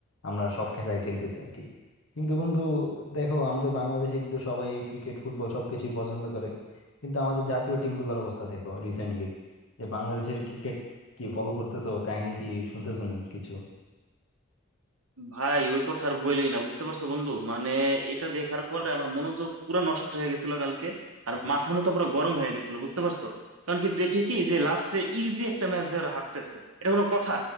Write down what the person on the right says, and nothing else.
ভাই ওই কথা আর বইলই না বুঝতে পারছো বন্ধু মানে এটা দেখার পরে আমার মনোযোগ পুরো নষ্ট হয়ে গেছিল কালকে আর মাথা মুথা পুরো গরম হয়ে গেছিল বুঝতে পারছো কারণ কি দেখি কি যে লাস্টে ইজি একটা ম্যাচ ধরে হারতেছে এটা কোনো কথা